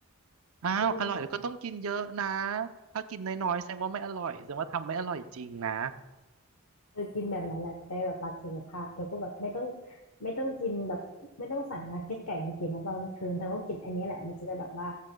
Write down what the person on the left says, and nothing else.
เออ
เออกินแบบนั้นแหละจะได้แบบรักสุขภาพเธอก็แบบไม่ต้องไม่ต้องกินแบบไม่ต้องสั่งนักเก็ตไก่มากินนะตอนกลางคืนเธอก็กินไอันนี้แหละมันจะได้แบบว่า